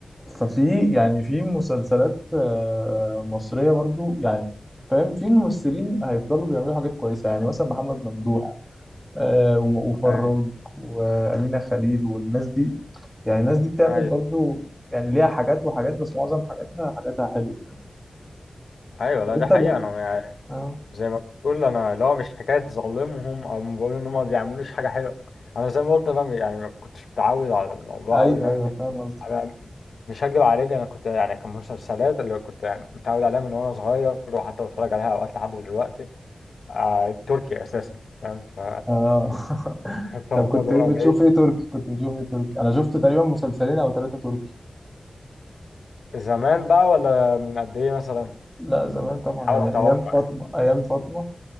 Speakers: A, in the centre; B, on the left.
A: ففي يعني في مسلسلات آه، مصرية برضو يعني فاهم في ممثلين هيفضلوا بيعملوا حاجات كويسة يعني مثلا محمد ممدوح آه، وم- وفراج
B: ايوه,
A: وأمينة خليل والناس دي يعني الناس دي بتعمل
B: أيوة.
A: برضو يعني ليها حاجات وحاجات بس معظم حاجاتها حاجاتها حلوة
B: أيوة.
A: طب
B: لا
A: انت
B: ده حقيقه
A: ب...
B: انا
A: آه.
B: زي ما تقول انا اللي هو مش حكايه ظالمهم او ما بقول ان هم ما بيعملوش حاجه حلوه انا زي ما قلت انا يعني ما كنتش متعود على الموضوع
A: ايوه
B: قوي فاهم
A: ايوه فاهم قصدك
B: انا مش هكدب عليك انا كنت يعني كان مسلسلات اللي كنت يعني متعود عليها من وانا صغير وحتى بتفرج عليها اوقات لحد دلوقتي آه التركي اساسا فاهم ف
A: آه. <laughs>
B: <laughs> فببقى
A: طب كنت ايه بتشوف
B: بعيد
A: ايه تركي كنت بتشوف ايه تركي انا شفت تقريبا مسلسلين او ثلاثة تركي
B: زمان بقى ولا من قد ايه مثلا
A: لا زمان طبعا
B: حاول
A: يعني
B: اتوقع
A: ايام فاطمة
B: يعني.
A: ايام فاطمة